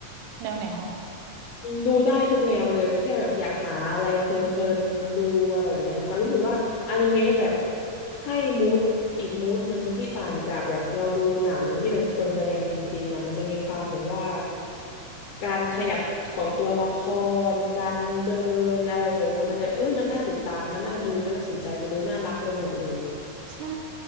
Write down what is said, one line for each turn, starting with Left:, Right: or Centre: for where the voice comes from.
Right: แนวไหนคะ
Left: ดูได้ทุกแนวเลยแค่แบบอยากหาอะไรเพลินๆดูอะไรแบบเนี้ยค่ะรู้สึกว่าอนิเมะแบบให้มูดอีกมูดหนึ่งที่ต่างจากแบบเราดูหนังที่แบบคนแสดงจริงๆอ่ะมันจะมีความแบบว่าการขยับของตัวละครการเดินอะไรแบบเนี้ยมันจะเอ้ยมันน่าติดตามมันน่าดูมันน่าสนใจมันดูน่ารักไปหมดเลย
Right: ใช่